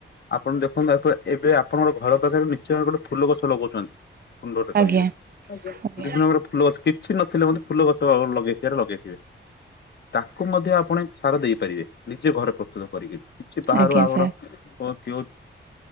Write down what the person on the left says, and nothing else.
ଆପଣ ଦେଖନ୍ତୁ ଏ ଏବେ ଆପଣଙ୍କ ଘର ପାଖରେ ନିଶ୍ଚୟ ଗୋଟେ ଫୁଲ ଗଛ ଲଗଉଛନ୍ତି। କୁଣ୍ଡଟେ ବିଭିନ୍ନ
ପ୍ରକାର ଫୁଲ ଗଛ କିଛି ନଥିଲେ ମଧ୍ୟ ଫୁଲ ଗଛ ଲଗେଇଥିବ ଲଗେଇଥିବେ। ତାକୁ ମଧ୍ୟ ଆପଣ ସାର ଦେଇପାରିବେ ନିଜେ ଘରେ ପ୍ରସ୍ତୁତ କରିକିରି। କିଛି ବାହାରୁ
ଆପଣ
କି